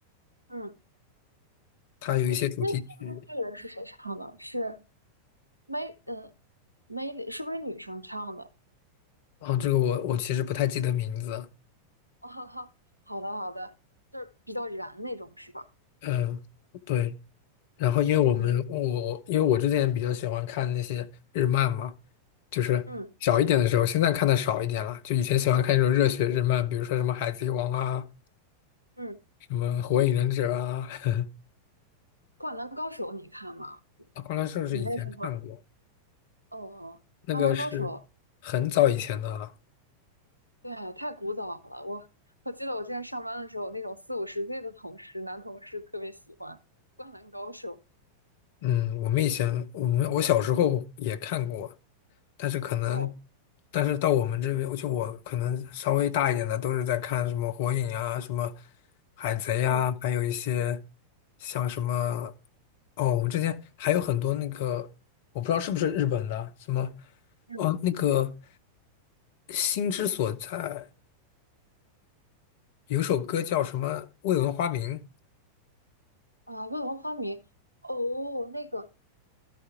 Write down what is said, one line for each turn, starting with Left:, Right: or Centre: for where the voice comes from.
Right: 嗯，
Left: 它有一些主题曲
Right: 哎那那部巨人是谁唱的？是梅，嗯，梅里是不是女生唱的？
Left: 啊，这个我我其实不太记得名字。
Right: 哦，<laughs> 好的好的，就是比较燃那种是吧？
Left: 嗯，对，然后因为我们我因为我之前比较喜欢看那些日漫嘛，
Right: 嗯
Left: 就是小一点的时候，
Right: 嗯
Left: 现在看的少一点了。就以前喜欢看那种热血日漫，比如说什么《海贼王》啊，
Right: 嗯，
Left: 什么《火影忍者》啊，<laughs>
Right: 《灌篮高手》你看吗？
Left: 《灌篮高手是以前看过，
Right: 你为什么？哦，
Left: 那个是很早以前的了。
Right: 《灌篮高手》对啊，太古早了。我我记得我之前上班的时候，那种四五十岁的同事，男同事特别喜欢《灌篮高手》
Left: 嗯，我们以前我们我小时候也看过，但是可能，
Right: 哦，
Left: 但是到我们这边，就我可能稍微大一点的，都是在看什么火影啊，什么海贼啊，
Right: 嗯
Left: 还有一些像什么，哦，我们之前还有很多那个，我不知道是不是日本的，什么，
Right: 嗯
Left: 哦，那个心之所在，有首歌叫什么《未闻花名》，
Right: 啊，未闻花名》哦，那个